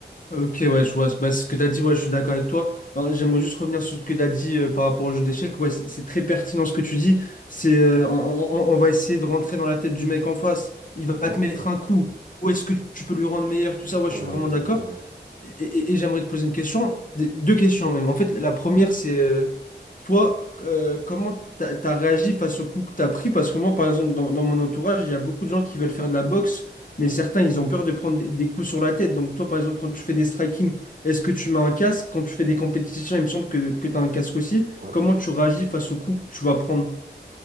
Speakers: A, on the left; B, on the right.
A: Ok, ouais, je vois. Bah, ce que tu as dit, ouais, je suis d'accord avec toi. Alors, J'aimerais juste revenir sur ce que tu as dit euh, par rapport au jeu d'échecs. Ouais, c'est c'est très pertinent ce que tu dis. C'est, euh, on, on- on va essayer de rentrer dans la tête du mec en face. Il va te
B: Exactement.
A: mettre un coup. Où est-ce que tu peux lui rendre meilleur? Tout ça, ouais,
B: Ouais,
A: je suis vraiment
B: exactement.
A: d'accord. Et, et- et j'aimerais te poser une question, des- deux questions même. En fait, la première, c'est euh, toi, euh, comment t'as, t'as réagi face au coup que t'as pris? Parce que moi, par exemple, dans, dans mon entourage, il y a beaucoup de gens qui veulent faire de la boxe,
B: Ouais,
A: mais certains, ils ont peur de prendre des, des coups sur la tête. Donc toi, par exemple, quand tu fais des striking, est-ce que tu mets un casque? Quand tu fais des compétitions, il me semble que, que tu as un casque aussi.
B: ouais.
A: Comment tu réagis face au coup que tu vas prendre?